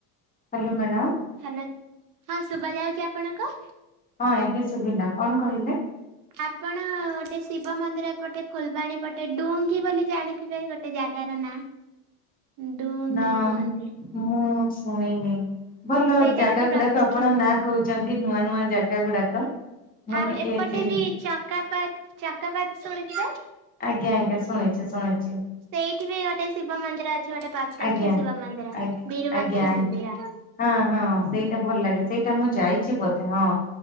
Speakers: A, on the left; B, on the right.
A: Hello madam.
B: ହାଲୋ ହଁ ଶୁବା ଯାଉଚି ଆପଣଙ୍କୁ?
A: ହଁ ଏବେ ଶୁବିଲା। କଣ କହିଲେ?
B: ଆପଣ ଗୋଟେ ଶିବ ମନ୍ଦିର ପଟେ ଫୁଲବାଣୀ ପଟେ ଡୁଙ୍ଗି ବୋଲି ଜାଣିଥିବେ ଗୋଟେ ଜାଗାର ନାଁ। ଡୁଙ୍ଗୀ
A: ନା
B: କୁହନ୍ତି।
A: ମୁଁ ଶୁଣିନି। ଭଲ
B: ସେଇଟା
A: ଜାଗା
B: ଗୋଟେ ପ୍ରତ୍ୟକ୍ଷ
A: ଗୁଡାକ ଆପଣ ନାଁ କୋହୁଚନ୍ତି ନୂଆ ନୂଆ ଜାଗା ଗୁଡାକ। ମୁଁ
B: ଆଉ
A: ଟିକେ
B: ଏପଟେ
A: ଏତେ
B: ବି ଚକାପାତ ଚକାପାତ ଶୁଣି ଥିବେ।
A: ଆଜ୍ଞା ଆଜ୍ଞା ଶୁଣିଚି ଶୁଣିଚି।
B: ସେଇଠି ବି ଗୋଟେ ଶିବ ମନ୍ଦିର ଅଛି। ଗୋଟେ ପ୍ରତେକ୍ଷ
A: ଆଜ୍ଞା
B: ଶିବ ମନ୍ଦିର
A: ଆଜ୍ଞା
B: ବିରୁବାକ୍ଷ
A: ଆଜ୍ଞା ଆଜ୍ଞା
B: ମନ୍ଦିର।
A: ହଁ ହଁ ସେଇଟା ଭଲ ଲାଗେ ସେଇଟା ମୁଁ ଯାଇଚି ବୋଧେ ହଁ।